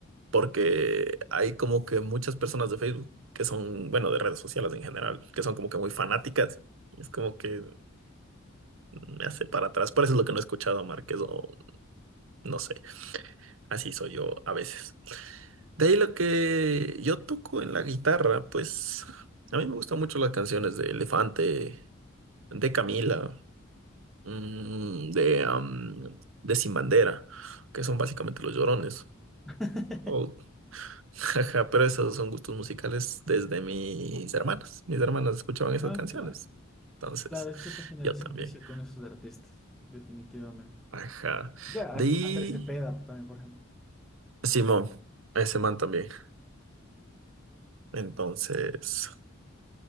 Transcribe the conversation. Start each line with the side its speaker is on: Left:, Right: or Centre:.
Right: porque hay como que muchas personas de Facebook que son, bueno, de redes sociales en general, que son como que muy fanáticas. Es como que me hace para atrás. Por eso es lo que no he escuchado, a Márquez, o no sé, así soy yo a veces. De ahí lo que yo toco en la guitarra, pues a mí me gustan mucho las canciones de Elefante, de Camila, mm, de, am, de Sin Bandera, que son básicamente los llorones.
Centre: <laughs>
Right: O- jaja, <laughs> pero esos son gustos musicales desde mis hermanas. Mis hermanas escuchaban esas
Centre: Ah,
Right: canciones.
Centre: claro.
Right: Entonces,
Centre: Claro, es que esa generación
Right: yo también.
Centre: creció con esos artistas, definitivamente.
Right: Ajá.
Centre: Claro,
Right: De
Centre: And-
Right: ahí.
Centre: Andrés Cepeda también, por ejemplo.
Right: Simón, ese man también. Entonces,